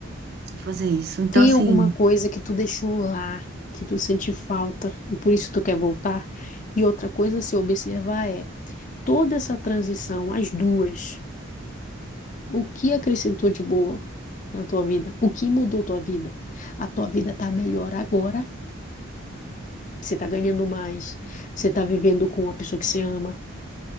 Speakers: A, on the right; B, on the left.
A: vou fazer isso. Então,
B: Tem
A: assim,
B: alguma coisa que tu deixou lá, que tu sente falta e por isso tu quer voltar? E outra coisa a se observar é toda essa transição, as duas, o que acrescentou de boa na tua vida? O que mudou tua vida? A tua vida tá melhor agora? Você tá ganhando mais? Você tá vivendo com uma pessoa que você ama?